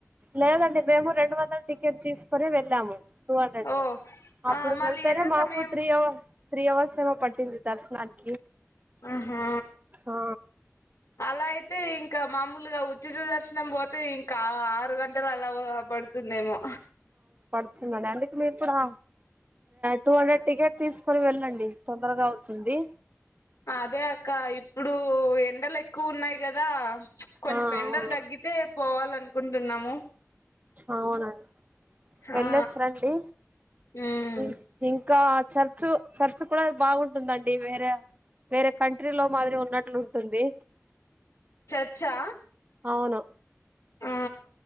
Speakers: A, on the right; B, on the left.
A: లేదండి మేము రెండు వందలు టికెట్ తీసుకొని వెళ్ళాము టూ హండ్రెడ్
B: ఓ
A: అప్పుడు
B: ఆ మళ్ళీ
A: వెళ్తేనే
B: ఎంత
A: మాకు
B: సమయం
A: త్రీ అవర్ త్రీ అవర్స్ మొ పట్టింది దర్శనానికి
B: ఆహా
A: ఆ
B: అలాయితే అయితే ఇంకా మామూలుగా ఉచిత దర్శనం పోతే ఇంకా ఆరు గంటల అలా పడుతుందేమో
A: న్నదండి అందుకే మీరు కూడా టూ హండ్రెడ్ టికెట్ తీసుకొని వెళ్ళండి తొందరగా అవుతుంది
B: అదే అక్క ఇప్పుడు ఎండలు ఎక్కువ ఉన్నాయి కదా కొంచెం
A: ఆ
B: ఎండలు
A: అవును
B: తగ్గితే పోవాలనుకుంటున్నాము
A: అవునండి వెళ్లేసిరండి
B: ఆ ఉమ్
A: ఇ ఇంకా చర్చ్ చర్చ్ కూడా బాగుంటుందండి వేరే వేరే కంట్రీలో మాదిరి ఉన్నట్లు ఉంటుంది
B: చర్చా
A: ఆవును
B: ఆ